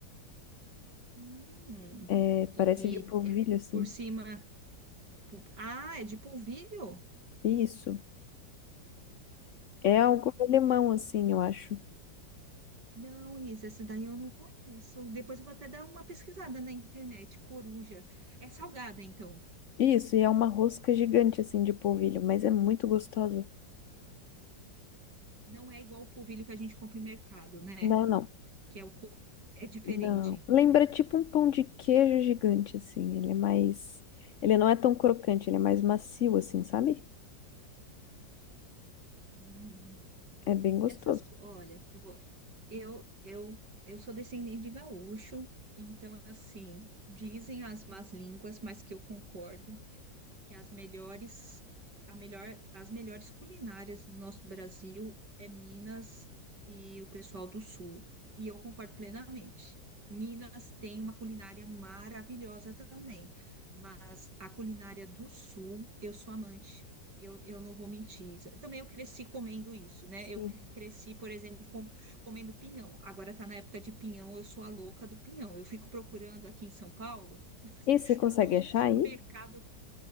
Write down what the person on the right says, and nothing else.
Hum,
e, e
é
por cima. pu- Ah, é de polvilho?
Hum,
que.
Não, Isa, essa daí eu não conheço. Depois eu vou até dar uma pesquisada na internet. Coruja. É salgada, então.
Não é igual o polvilho que a gente compra em mercado, né?
Que é o. co- É diferente.
Hum.
Essas, co- olha, eu vou, eu, eu, eu sou descendente de gaúcho, então assim, dizem as más línguas, mas que eu concordo que as melhores, a melhor, as melhores culinárias do nosso Brasil é Minas e o pessoal do Sul. E eu concordo plenamente. Minas tem uma culinária maravilhosa também, mas a culinária do Sul, eu sou amante. Eu, eu não vou mentir. Isa. Também eu cresci comendo isso, né?
Eu que cresci, por exemplo, com- comendo pinhão. Agora tá na época de pinhão, eu sou a louca do pinhão. Eu fico procurando aqui em São Paulo
todo
mercado